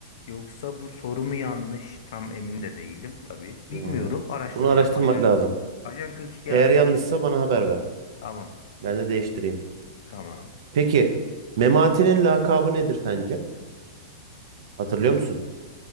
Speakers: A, on the left; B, on the right.
A: Yoksa bu soru mu yanlış? Tam emin de değilim tabii. Bilmiyorum.
B: Hmm.
A: Araştıracağım.
B: Bunu araştırmak
A: Ajan
B: lazım.
A: Ajan 42'yi
B: Eğer
A: araştır.
B: yanlışsa bana haber ver.
A: Tamam.
B: Ben de değiştireyim.
A: Tamam.
B: Peki Memati'nin lakabı nedir sence? Hatırlıyor musun?